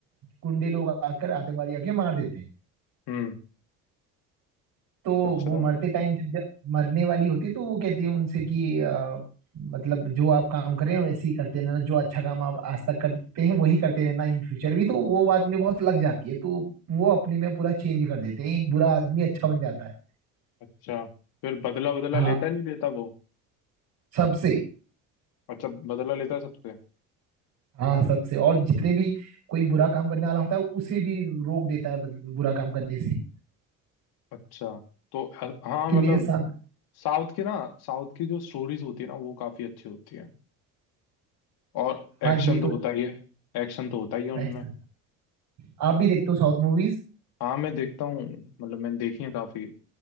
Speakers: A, on the right; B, on the left.
A: गुंडे लोग आकर आतंकवादी आके मार देते हैं
B: हम्म
A: तो
B: अच्छा
A: वो मरते टाइम जब जब मरने वाली होती तो वो कहती है उनसे कि अ, मतलब जो आप काम कर रहे हैं वैसे ही करते रहना जो अच्छा काम आप आज तक करते हैं वही करते रहना इन फ्यूचर भी तो वो बात उन्हें बहुत लग जाती है तो वो अपने में पूरा चेंज कर देते हैं एक बुरा आदमी अच्छा बन जाता है
B: अच्छा फिर बदला बदला
A: हाँ
B: लेता नहीं लेता वो
A: सबसे
B: अच्छा बदला लेता है सबसे
A: हाँ सबसे और जितने भी कोई बुरा काम करने वाला होता है उसे भी रोक देता है बद- बुरा काम करने से
B: अच्छा तो ह- हाँ
A: कि
B: मतलब
A: मेरे साथ
B: साउथ की ना साउथ की जो स्टोरीज होती है ना वो काफी अच्छी होती है और
A: हाँ
B: एक्शन
A: ये
B: तो
A: तो
B: होता ही है एक्शन तो होता ही है उनमें
A: एक्सपेक्ट- आप भी देखते हो south movies
B: हाँ मैं देखता हूँ मतलब मैंने देखी है काफी